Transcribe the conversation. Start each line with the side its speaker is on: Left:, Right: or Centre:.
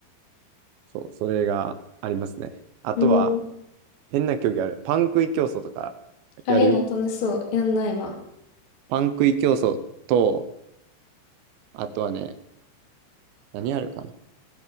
Right: そう、それがありますね。あとは、
Left: うん。
Right: 変な競技ある。パン食い競争とか
Left: あ、
Right: やる
Left: いいな、楽しそう。やんないわ。
Right: パン食い競争と、あとはね、何あるかな。い